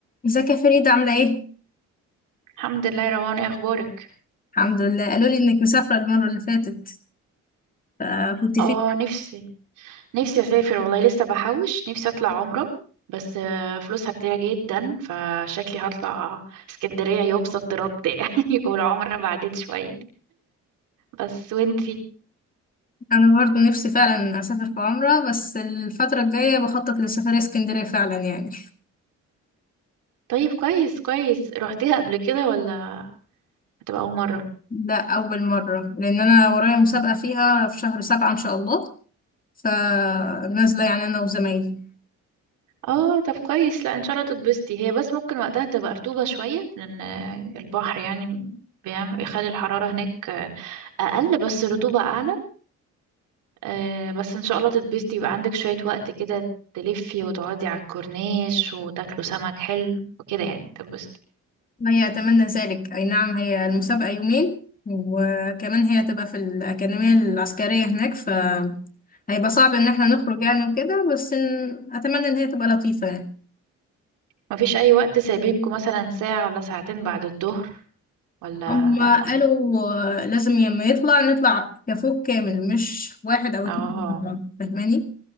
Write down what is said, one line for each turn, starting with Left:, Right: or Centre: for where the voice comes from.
Left: ازيك يا فريدة عاملة ايه؟
Right: الحمد لله يا روان ايه اخبارك
Left: الحمد لله قالوا لي انك مسافرة المرة اللي فاتت فكنت
Right: اه
Left: فين؟ <laughs>
Right: نفسي نفسي اسافر والله لسه بحوش نفسي اطلع عمره بس آه، فلوسها كتيرة جدا فشكلي هطلع اسكندرية يوم صد رد يعني <laughs> والعمرة بعدين شوية بس وانتي
Left: انا برضو نفسي فعلا اسافر في عمرة بس الفترة الجاية بخطط لسفرية اسكندرية فعلا يعني
Right: طيب كويس كويس روحتيها قبل كده ولا هتبقى اول مرة
Left: ده اول مرة لان انا ورايا مسابقة فيها في شهر سبعة ان شاء الله فنازلة يعني انا وزمايلي
Right: اه طب كويس لا ان شاء الله تتبسطي هي بس ممكن وقتها تبقى رطوبة شوية لان آه، البحر يعني بيعمل يخلي الحرارة هناك آه، اقل بس الرطوبة اعلى آه بس ان شاء الله تتبسطي يبقى عندك شوية وقت كده تلفي وتقعدي على الكورنيش وتاكلوا سمك حلو وكده يعني تتبسطي
Left: هي اتمنى ذلك اي نعم هي المسابقة يومين وكمان هي هتبقى في الأكاديمية العسكرية هناك ف هيبقى صعب ان احنا نخرج يعني وكده بس إن... اتمنى ان هي تبقى لطيفة يعني
Right: مفيش اي وقت سايبينكم مثلا ساعة ولا ساعتين بعد الظهر ولا
Left: هما
Right: لا
Left: قالوا آه، لازم لما يطلع نطلع كفوق كامل مش واحد أو
Right: اه
Left: اتنين مع بعض فاهماني